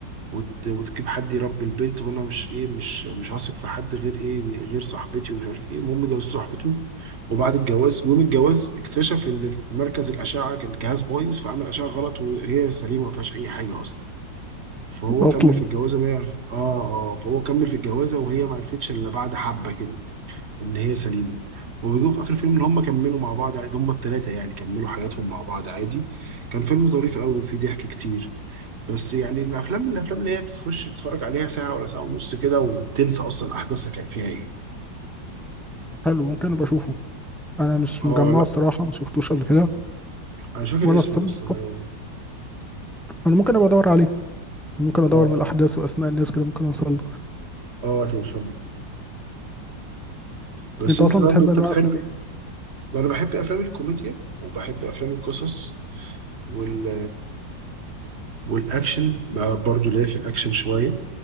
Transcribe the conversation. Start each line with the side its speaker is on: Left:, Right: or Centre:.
Right: وت... وتجيب حد يربي البنت وانا مش ايه مش مش هثق في حد غير ايه غير صاحبتي ومش عارف ايه المهم جوزت صاحبته وبعد الجواز يوم الجواز اكتشف ان مركز الاشعه كان الجهاز بايظ فعمل اشعه غلط وهي سليمه ما فيهاش اي حاجه اصلا فهو
Centre: اصلا
Right: كمل في الجوازه ما يعرف اه اه فهو كمل في الجوازه وهي ما عرفتش الا بعد حبه كده ان هي سليمه وبيجوا في اخر الفيلم ان هم كملوا مع بعض عادي هم الثلاثه يعني كملوا حياتهم مع بعض عادي كان فيلم ظريف قوي وفيه ضحك كتير بس يعني الافلام من الافلام اللي هي بتخش تتفرج عليها ساعه ولا ساعه ونص كده وتنسى اصلا احداثها كان فيها ايه
Centre: حلو ممكن ابقى اشوفه انا مش
Right: اه
Centre: مجمعه
Right: لا
Centre: الصراحه ما شفتوش قبل كده
Right: انا مش فاكر
Centre: وانا
Right: اسمه
Centre: الصراحه
Right: بس انا يعني
Centre: انا ممكن ابقى ادور عليه ممكن ادور
Right: اه
Centre: من الاحداث واسماء الناس كده ممكن اوصل له
Right: اه اه تلفزيون بس
Centre: انت
Right: انت
Centre: اصلا
Right: طب
Centre: بتحب
Right: انت
Centre: انواع
Right: بتحب
Centre: افلام ايه
Right: انا بحب افلام الكوميديا وبحب افلام القصص وال والاكشن بقى برضو ليا في الاكشن شويه